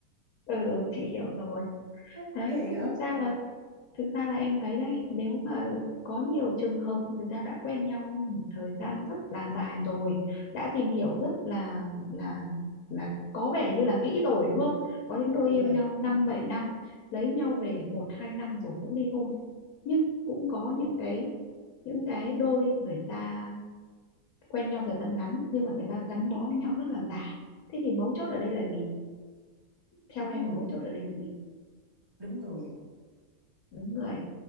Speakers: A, on the left; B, on the right.
A: ừ ừ, chị hiểu rồi
B: <laughs> Nó
A: đấy
B: kỳ
A: thế
B: lắm
A: thực ra là thực ra là em thấy đấy nếu mà có nhiều trường hợp người ta đã quen nhau một thời gian rất là dài rồi đã tìm hiểu rất là là là có vẻ như là kỹ rồi đúng không có những đôi
B: dạ
A: yêu nhau năm bảy năm lấy nhau về một hai năm rồi cũng ly hôn nhưng cũng có những cái những cái đôi người ta quen nhau thời gian ngắn nhưng mà người ta gắn bó với nhau rất là dài thế thì mấu chốt ở đây là gì theo
B: đúng
A: em
B: người
A: mấu chốt ở đây là gì
B: đúng người
A: đúng người